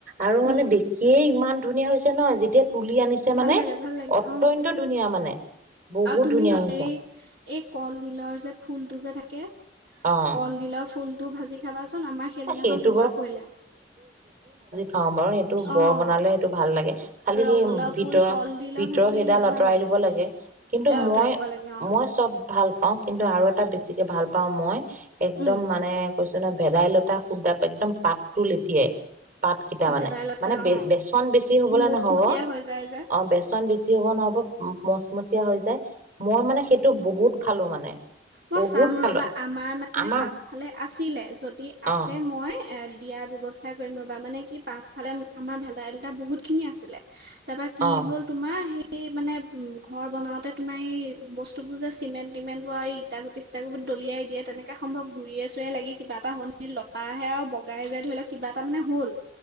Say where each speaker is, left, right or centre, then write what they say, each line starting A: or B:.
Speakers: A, on the right; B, on the right.
A: আৰু মানে
B: উম,
A: এই ইমান ধুনীয়া হৈছে ন যেতিয়া তুলি আনিছে
B: ভাল
A: মানে
B: লাগে ভাল লাগে
A: অত্যন্ত
B: উম,
A: ধুনীয়া মানে বহুত
B: আৰু তুমি
A: ধুনীয়া
B: হেৰি
A: হৈছে
B: এই কল দিলৰ যে ফুলটো যে থাকে
A: অ
B: কলডিলৰ ফুলটো ভাজি খাবাচোন আমাৰ সেইদিনাখন
A: সেইটো
B: তেনেকুৱা কৰিলে
A: খাম বাৰু সেইটো
B: অ',
A: বৰ বনালে সেইটো ভাল লাগে খালি
B: ৰঙালাও
A: সেই ভিতৰ
B: ফুল কলডিলৰ
A: ভিতৰ
B: ভাজি
A: সেইডাল
B: সেইবোৰ
A: আঁতৰাই
B: ভাল লাগে
A: দিব কিন্তু
B: এ অতৰাই
A: মই
B: দিব লাগে অ'।
A: মই চব ভাল পাওঁ কিন্তু আৰু এটা বেছিকে ভাল পাওঁ মই এক্দম
B: উম,
A: মানে কৈছো ন ভেদাই লত সুদা একদম পাতটো লেটি য়াই পাতকেইটা মানে
B: ভেদাইলতা
A: মানে
B: অ',
A: বেচন বেছি হবলৈ
B: মুচমুচীয়া
A: নহব
B: হৈ যায় যে।
A: অ বেচন বেছি হ'ব নহব মচমচিয়া হৈ যায়। মই মানে সেইটো বহুত খালো মানে
B: মই
A: বহুত
B: চাম
A: খালো
B: ৰবা আমাৰ মানে
A: আমাৰ
B: পাছফালে আছিলে যদি আছে
A: অ
B: মই এ দিয়াৰ ব্যৱস্থা কৰিম ৰবা মানে কি পাছফালে আমাৰ ভেদাইলটা বহুতখিনি আছিলে। তাৰপা কি
A: অ
B: হ'ল তোমাৰ এই মানে উ ঘৰ বনাওতে তোমাৰ এই বস্তু বোৰ যে চিমেণ্ট টিমেণ্ট বোৱাৰ ইটা গুটি চিতা গুটি দলিয়া দিয়ে তেনেকা সম্ভৱ ঘূৰি চুৰে লাগি কিবা এ হ'ল লতাহে আৰু বগাই যায় ধৰি ল কিবা এটা মানে হ'ল